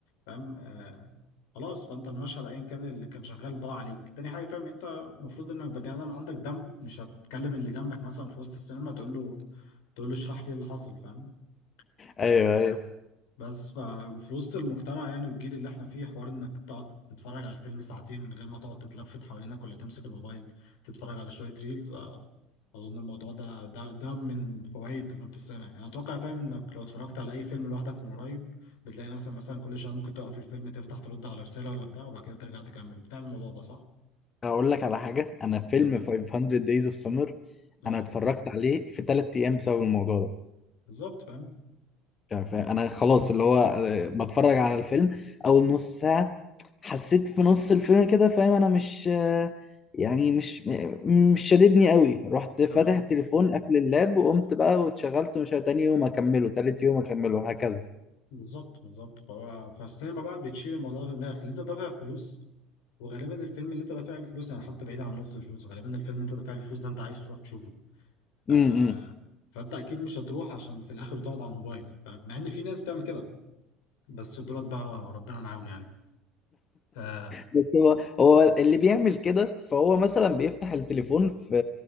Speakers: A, on the left; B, on the left.
A: فاهم آه خلاص فانت المشهد ايا كان اللي كان شغال ضاع عليك تاني حاجه فاهم انت المفروض انك بني ادم عندك دم مش هتكلم اللي جنبك مثلا في وسط السينما تقول له تقول له اشرح لي إيه اللي حصل فاهم آه،
B: ايوه ايوه
A: بس ففي وسط المجتمع يعني والجيل اللي احنا فيه حوار انك تقعد تتفرج على الفيلم ساعتين من غير ما تقعد تتلفت حوالينك ولا تمسك الموبايل تتفرج على شوية ريلز آه، اظن الموضوع ده ده ده من فوائد تجربة السينما يعني انا اتوقع فاهم انك لو اتفرجت على اي فيلم لوحدك من قريب بتلاقي نفسك مثلا كل شوية ممكن تقف الفيلم تفتح ترد على رسالة ولا بتاع وبعد كده ترجع تكمل بتعمل الموضوع ده صح؟
B: هقول لك على حاجه انا فيلم
A: تمام
B: 500 Days of Summer
A: اه
B: انا اتفرجت عليه في ثلاث ايام بسبب الموضوع ده
A: بالظبط فاهم
B: يعني فا- انا خلاص اللي هو آه، بتفرج على الفيلم اول نص ساعة حسيت في نص الفيلم كده فاهم انا مش آه، يعني مش م- مش شاددني قوي رحت فاتح
A: تمام
B: التليفون قافل اللاب وقمت بقى واتشغلت مش عارف تاني يوم اكمله تالت يوم اكمله هكذا
A: بالظبط بالظبط فهو فالسينما بقى بتشيل الموضوع في دماغك اللي انت دافع فلوس وغالبا الفيلم اللي انت دافع له فلوس يعني حتى بعيد عن نقطة الفلوس غالبا الفيلم اللي انت دافع له فلوس ده انت عايز تروح تشوفه آه
B: امم
A: فانت اكيد مش هتروح عشان في الاخر تقعد على الموبايل فاهم؟ مع ان في ناس بتعمل كده بس دولت بقى ربنا معاهم يعني آه
B: بس هو هو اللي بيعمل كده فهو مثلا بيفتح التليفون في